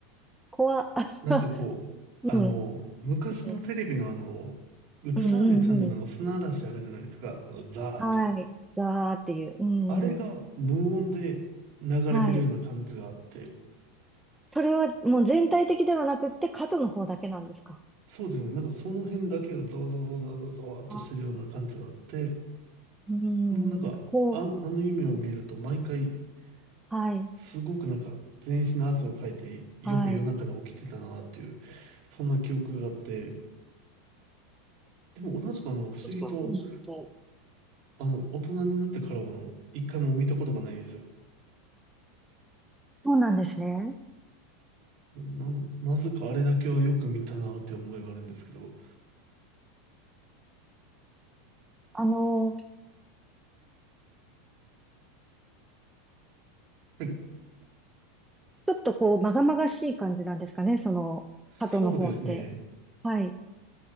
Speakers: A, in the centre; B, on the right.
A: 怖っ。<laughs>
B: なんかこう、あの、
A: うん。
B: 昔のテレビのあの、
A: うん。
B: 映らないチャンネルの砂嵐あるじゃないですか、
A: うんうんうん。
B: あの、ザーっていう。
A: はい。ザーっていう。うんうん。
B: あれが無音で流れてるような感じがあって、
A: はい。それはもう全体的ではなくって、角の方だけなんですか
B: そうですね、なんかその辺だけがざわざわざわざわざわざわっとしてるような感じがあって、
A: あう
B: もうなんか、
A: ん。こう。
B: あ、あの夢を見ると毎回、
A: はい。
B: すごくなんか全身の汗をかいて、よく夜中に起きてたなっていう、
A: はい。
B: そんな記憶があって、でも同じくあの、不思議と、
A: と、
B: あの、大人になってからはあの、一回も見たことがないんですよ。
A: そうなんですね。
B: な、なぜかあれだけはよく見たなって思いがあるんですけど、
A: あの、
B: はい
A: ちょっとこう、まがまがしい感じなんですかね、その、
B: そうですね。
A: 角の方って。はい。